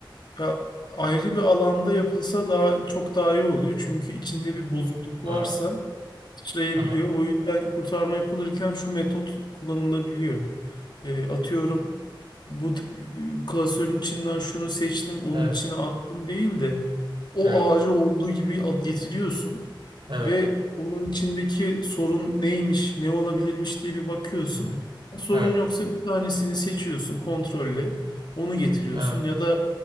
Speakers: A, on the left; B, on the right.
A: ya ayrı bir alanda yapılsa daha çok daha iyi oluyor. Çünkü içinde bir bozukluk
B: Ha,
A: varsa sıçrayabiliyor.
B: aha.
A: O yüzden kurtarma yapılırken şu metot kullanılabiliyor. E, atıyorum bu d- e, klasörün içinden şunu seçtim, onun
B: Evet.
A: içine attım değil de o
B: Evet.
A: ağacı olduğu gibi at getiriyorsun
B: Evet.
A: ve onun içindeki sorun neymiş, ne olabilirmiş diye bir bakıyorsun.
B: Hı hı.
A: Sorun
B: Evet.
A: yoksa bir tanesini seçiyorsun kontrolle, onu getiriyorsun
B: Evet.
A: ya da